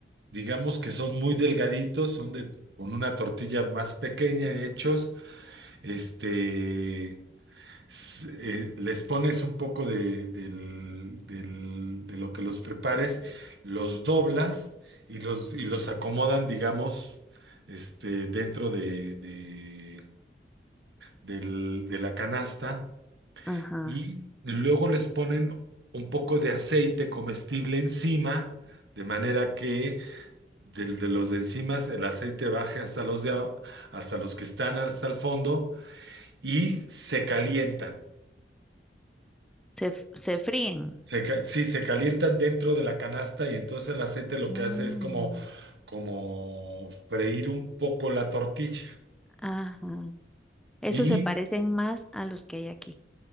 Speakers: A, on the right; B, in the centre.
A: digamos que son muy delgaditos, son de, con una tortilla más pequeña hechos. Este, s- eh, les pones un poco de, del- del- de lo que los prepares, los doblas y los, y los acomodan, digamos, este, dentro de, de del- de la canasta
B: Ajá.
A: y luego les ponen un poco de aceite comestible encima, de manera que del- de, los de encima el aceite baje hasta los de, a- hasta los que están hasta el fondo y se calientan.
B: Se, f- se fríen.
A: Se, ca- sí, se calientan dentro de la canasta y entonces el aceite lo
B: Mm,
A: que hace es como, como freír un poco la tortilla.
B: ajá. Esos
A: Y
B: se parecen más a los que hay aquí.